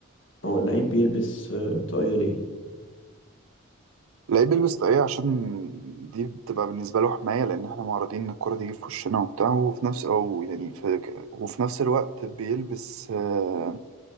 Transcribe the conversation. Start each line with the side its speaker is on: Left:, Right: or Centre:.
Left: هو اللعيب بيلبس أه طاقية ليه
Right: اللعيب بيلبس طاقية عشان دي بتبقى بالنسبة له حماية لأن احنا معرضين إن الكرة تيجي في وشنا وبتاع وفي نفس أو يعني في وفي نفس الوقت بيلبس آه،